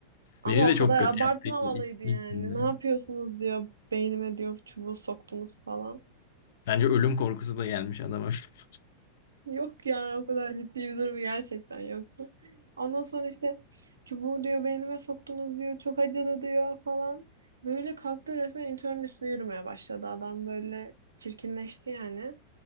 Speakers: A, on the right (about 75°); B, on the left (about 55°).
A: Ama
B: Beni de
A: o kadar
B: çok kötü
A: abartmamalıydı
B: yaptı. ilk-
A: yani.
B: ilkinde.
A: Ne yapıyorsunuz diyor. Beynime diyor çubuğu soktunuz falan.
B: Bence ölüm korkusu da gelmiş adama. <laughs>
A: Yok ya o kadar ciddi bir durumu gerçekten yoktu. Ondan sonra işte çubuğu diyor beynime soktunuz diyor. Çok acıdı diyor falan. Böyle kalktı resmen internün üstüne yürümeye başladı. Adam böyle çirkinleşti yani.